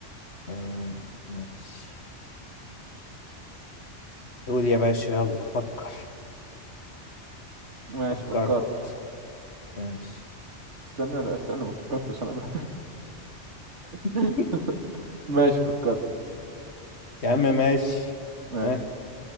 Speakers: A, on the left; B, on the right.
A: أمم، ماشي قول يا باشا يلا فكر
B: ماشي
A: فكرت
B: فكرت
A: ماشي
B: استنى لا استنى ما فكرتش انا بقى
A: <laughs>
B: <laughs> ماشي فكرت
A: يا عم ماشي
B: ماشي
A: ها